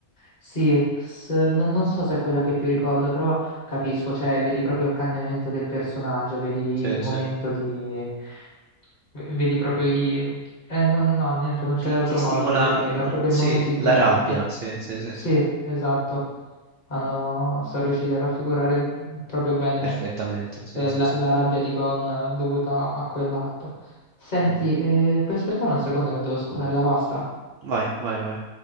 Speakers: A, on the left; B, on the right.
A: Sì, s- non non so se è quella che più ricordo, però capisco, cioè vedi proprio il cambiamento del personaggio, vedi
B: Sì,
A: il momento
B: sì.
A: di... v- vedi proprio i... Eh, no, no, niente, non c'è
B: Ti,
A: altro
B: ti stimola,
A: modo per definirla,
B: no,
A: è proprio
B: sì,
A: il momento in cui
B: la
A: cambia.
B: rabbia, sì, sì, sì,
A: Sì,
B: sì,
A: esatto. Hanno, sono riusciti a raffigurare proprio bene
B: perfettamente, sì,
A: eh,
B: sì,
A: la,
B: sì.
A: la rabbia di Gon eh, dovuta a quell'atto. Senti,
B: Mhm.
A: eh, puoi aspettare un secondo che devo scolare la pasta?
B: Vai, vai, vai.